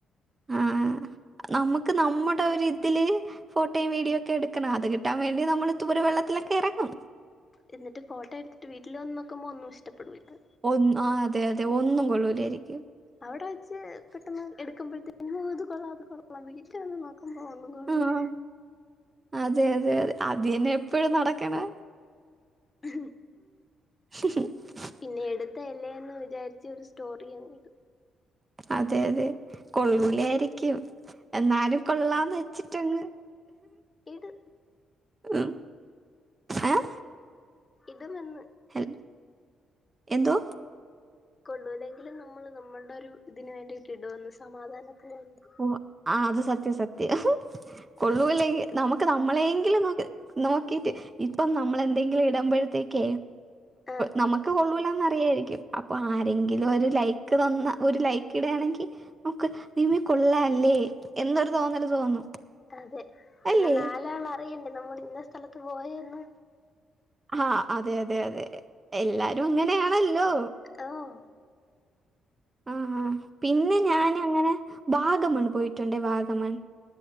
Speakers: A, on the right; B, on the left.
A: ആഹ് നമ്മക്ക് നമ്മുടെ ഒരിതില് ഫോട്ടോയും വീഡിയോ ഒക്കെ എടുക്കണം അത് കിട്ടാൻ വേണ്ടി നമ്മള് ഇതുപോലെ വെള്ളത്തിലൊക്കെ ഇറങ്ങും
B: എന്നിട്ട് ഫോട്ടോ എടുത്തിട്ട് വീട്ടില് വന്ന് നോക്കുമ്പോ ഒന്നും ഇ്ടപ്പെടൂല്ലാ
A: ഒന്നും ആഹ് അതെ അതെ ഒന്നും കൊള്ളൂലായിരിക്കും
B: അവിടെ വച്ച് പെട്ടെന്ന് എടുക്കുമ്പോഴത്തേക്കും ഓഹ് ഇത് കൊള്ളാം അത് കൊള്ള വീട്ടിൽ വന്ന് നോക്കുമ്പോ ഒന്നും കൊള്ളൂല
A: ആഹ് അതെ അതെ അത അതേനെ എപ്പഴും നടക്ക്ണേ
B: ഉ
A: <inaudible>
B: പിന്നെ എടുത്ത അല്ലേന്ന് വിചാരിച്ച് ഒരു സ്റ്റോറി അങ്ങ് ഇടും
A: അതെ അതെ കൊള്ളൂലായിരിക്കും എന്നാലും കൊള്ളാന്ന് ചിറ്റങ്ങ്
B: എട്
A: ഉം ഏഹ്
B: ഇത് നിന്ന്
A: ഹൽ എന്തോ
B: കൊള്ളൂലെങ്കിലും നമ്മൾ നമ്മുടെ ഒരു ഇതിന് വേണ്ടിയിട്ട് ഇടുന്ന് സമാധാനത്തിന് വേണ്ടി
A: ഓഹ് ആഹ് അത് സത്യം സത്യ കൊള്ളൂല്ലെങ്കിൽ നമുക്ക് നമ്മളേങ്കിലും നോക്കി നോക്കിറ്റ് ഇപ്പം നമ്മള് എന്തെങ്കിലും ഇടുമ്പോഴത്തേക്ക്
B: ആഹ്
A: നമുക്ക് കൊള്ളൂലന്നറിയായിരിക്കും അപ്പൊ ആരെങ്കിലും ഒരു ലൈക്ക് തന്ന ഒരു ലൈക്ക് ടയാണെങ്കി നമുക്ക് നീമേ കൊള്ളാല്ലേ എന്നൊരു തോന്നല് തോന്നും
B: അതെ പിന്നെ
A: അല്ലേ
B: നാലാണ അറണ്ടണ്ട് നമ്മള ഇന്ന സ്ഥലത്ത് പോയരുന്നു
A: ആഹ് അതെ അതെ അതെ എല്ലാരും അങ്ങനെയാണല്ലോ
B: ഓഹ്
A: ആഹ് പിന്നെ ഞാൻ അങ്ങനെ വാഗമൺ പോയിട്ടുണ്ട വാഗമൺ